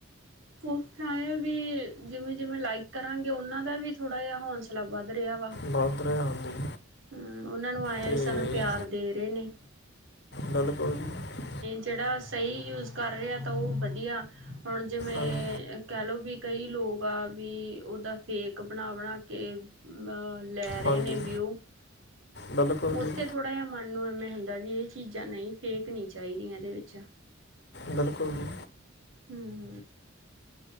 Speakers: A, on the right (about 75°); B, on the left (about 55°).
A: ਓ ਫੇਰ ਐ ਆ ਵੀ ਜਿਵੇਂ-ਜਿਵੇਂ ਲਾਈਕ ਕਰਾਂਗੇ ਓਨਾਂ ਦਾ ਵੀ ਥੋੜਾ ਜਾ ਹੌਸ ਲਾ ਵੱਧ ਰਿਹਾ ਵਾ,
B: ਵੱਧ ਰਿਹਾ ਹਾਂਜੀ
A: ਹੂੰ ਓਨਾਂ ਨੂੰ ਆਏ
B: ਤੇ
A: ਆ ਵੀ ਸਾਨੂੰ ਪਿਆਰ ਦੇ ਰਹੇ ਨੇ।
B: ਬਿਲਕੁਲ ਜੀ।
A: ਜੇੜਾ ਸਹੀ ਯੂਜ ਕਰ ਰਿਹਾ ਤਾਂ ਓ ਵਧੀਆ ਹੁਣ ਜਿਵੇਂ
B: ਹਾਂਜੀ
A: ਅ ਕਹਿ ਲ‌ਓ ਵੀ ਕਈ ਲੋਕ ਆ ਵੀ ਓਦਾ ਫੇਕ ਬਣਾ-ਬਣਾ ਕੇ ਅਹ ਲੈ ਰਹੇ
B: ਹਾਂਜੀ
A: ਨੇ ਵਿਊ।
B: ਬਿਲਕੁਲ
A: ਓਥੇ
B: ਜੀ
A: ਥੋੜਾ ਜਾ ਮਨ ਨੂੰ ਐਵੇ ਹੁੰਦਾ ਵੀ ਏਹ ਚੀਜ਼ਾਂ ਨ‌ਈ ਫੇਕ ਨੀ ਚਾਹੀਦੀਆਂ ਏਦੇ ਵਿੱਚ।
B: ਬਿਲਕੁਲ ਜੀ।
A: ਹੂੰ।